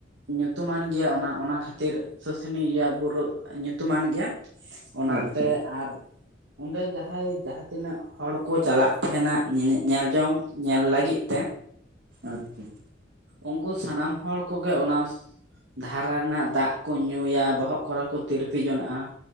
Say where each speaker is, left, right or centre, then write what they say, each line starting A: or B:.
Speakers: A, on the right; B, on the right.
A: ᱧᱩᱛᱩᱢᱟᱱ ᱜᱮᱭᱟ ᱚᱱᱟ ᱚᱱᱟ ᱠᱷᱟᱹᱛᱤᱨ ᱥᱩᱥᱩᱱᱤ ᱤᱭᱟᱹ ᱵᱩᱨᱩ ᱧᱩᱛᱩᱢᱟᱱ ᱜᱮᱭᱟ ᱾ ᱚᱱᱟᱛᱮ
B: ᱟᱪᱪᱷᱟ
A: ᱟᱨ ᱚᱸᱰᱮ ᱡᱟᱦᱟᱸᱭ ᱡᱟᱦᱟᱸ ᱛᱤᱱᱟᱹᱜ‌ ᱦᱚᱲ ᱠᱚ ᱪᱟᱞᱟᱜ ᱛᱟᱦᱮᱱᱟ ᱧᱮ ᱧᱮᱞ ᱡᱚᱝ ᱧᱮᱞ ᱞᱟᱹᱜᱤᱫ ᱛᱮ
B: ᱟᱪᱪᱷᱟ ᱾
A: ᱩᱱᱠᱩ ᱥᱟᱱᱟᱢ ᱦᱚᱲ ᱠᱚᱜᱮ ᱚᱱᱟ ᱫᱷᱟᱨᱟ ᱨᱮᱱᱟᱜ ᱫᱟᱜ ᱠᱩ ᱧᱩᱭᱟ ᱵᱚᱦᱚᱜ ᱠᱚᱨᱮ ᱠᱚ ᱛᱤᱨᱯᱤ ᱡᱚᱱᱟᱜ-ᱟ ᱾